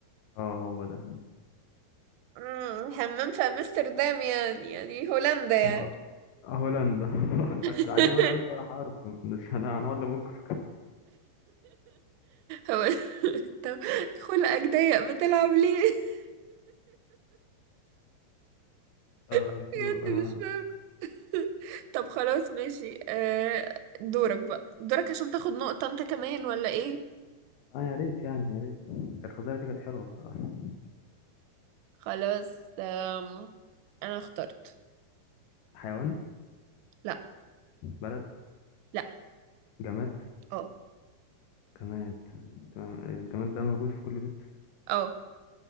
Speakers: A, on the left; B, on the right.
A: اه هو ده
B: مم، همام في امستردام يعني يعني هولندا يعني
A: ما آه، هولندا <laughs>
B: <laughs>
A: بس عادي بقى انا قلت ولا حرف ما كناش هن- هنقعد لبكره
B: هو طب خلقك ضيق بتلعب ليه؟ <laughs>
A: انا
B: بجد
A: انا
B: مش فاهمة <laughs> طب خلاص ماشي آه، دورك بقى دورك عشان تاخد نقطة انت كمان ولا ايه
A: اه يا ريت يعني يا ريت كانت الخزانه دي كانت حلوه بصراحه
B: خلاص آم، انا اخترت
A: حيوان
B: لا
A: بلد
B: لا
A: جماد
B: اه
A: جماد تمام. الجماد ده موجود في كل بيت
B: اه